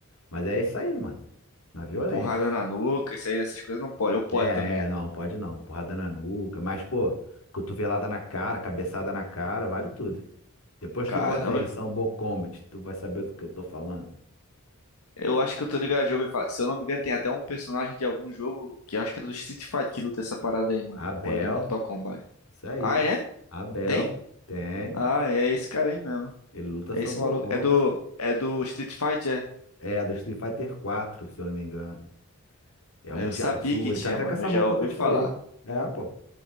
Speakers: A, on the left (about 70°); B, on the left (about 85°).
A: Mas é isso aí, mano, na violência.
B: Porrada na nuca, isso aí, essas coisas não pode. Eu pode
A: É,
B: também.
A: é, não, pode não, porrada na nuca, mas, pô, cotovelada na cara, cabeçada na cara, vale tudo. Depois
B: Caramba.
A: tu bota aí, Sambo Combat, tu vai saber do que eu tô falando.
B: Eu acho que eu tô ligado, já ouvi falar. Se eu não me engano, tem até um personagem de algum jogo que eu acho que era do Street Fighter que luta essa parada aí, mano.
A: Abel,
B: Ou é do Mortal Kombat?
A: isso aí,
B: Ah, é?
A: Abel,
B: Tem?
A: tem,
B: Ah, é esse cara aí mesmo.
A: ele luta
B: É
A: Sambo
B: esse maluco.
A: Combat.
B: É do, é do Street Fighter, é?
A: É, do Street Fighter 4, se eu não me engano. É
B: Ah,
A: um
B: eu
A: de
B: sabia
A: azul.
B: que
A: Ele
B: tinha,
A: tá até
B: mano.
A: com essa
B: Eu
A: roupa
B: já ouvi
A: que eu te
B: falar.
A: falei. É, pô.